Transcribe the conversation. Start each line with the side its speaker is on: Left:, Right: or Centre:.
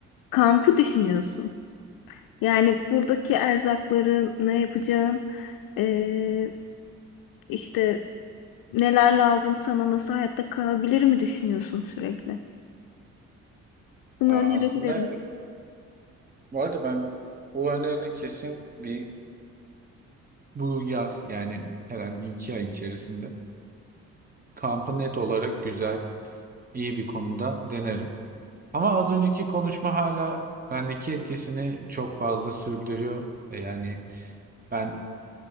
Left: kampı düşünüyorsun. Yani buradaki erzakları ne yapacağın, eee, işte neler lazım sana, nasıl hayatta kalabilir mi düşünüyorsun sürekli? Bunu
Right: Aa,
Left: önerebilirim.
Right: aslında evet. Bu arada ben bu önerini kesin bir Bu yaz yani herhalde iki ay içerisinde kampı net olarak güzel, iyi bir konumda denerim. Ama az önceki konuşma hala bendeki etkisini çok fazla sürdürüyor. E Yani ben